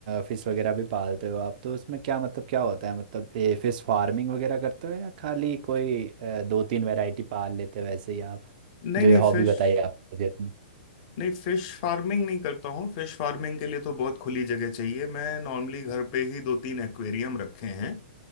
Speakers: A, on the right; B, on the left.
A: फिश वगैरह भी पालते हो आप तो उसमें क्या मतलब क्या होता है मतलब ये फिश फार्मिंग वगैरह करते हो या खाली कोई अ, दो तीन वैरायटी पाल लेते हो वैसे ही आप
B: नहीं
A: जो
B: नहीं
A: ये हॉबी
B: फिश
A: बताई आप मुझे अपनी
B: नहीं फिश फार्मिंग नहीं करता हूँ फिश फार्मिंग के लिए तो बहुत खुली जगह चाहिए मैं नॉर्मली घर पे ही दो तीन एक्वेरियम रखे हैं